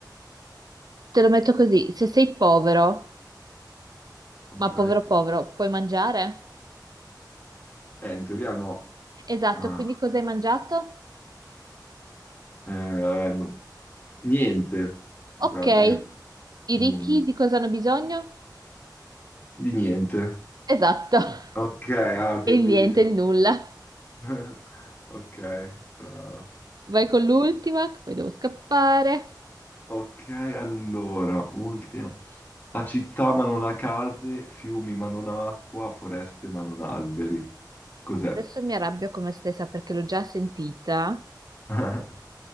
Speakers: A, on the right; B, on the left.
A: Te lo metto così, se sei povero,
B: Ok.
A: ma povero povero, puoi mangiare?
B: Eh, in teoria no.
A: Esatto,
B: Ah,
A: quindi cosa hai mangiato?
B: ehm, niente, in
A: Ok,
B: pratica.
A: i
B: Non...
A: ricchi di cosa hanno bisogno?
B: Di niente.
A: Esatto, <laughs>
B: Ok, ah, quindi...
A: e il niente, il nulla.
B: <laughs> Ok, brava.
A: Vai con l'ultima, che poi devo scappare.
B: Ok, allora, ultima. Ha città ma non ha case, fiumi ma non ha acqua, foreste ma non ha alberi. Cos'è?
A: Adesso mi arrabbio con me stessa perché l'ho già sentita.
B: <laughs>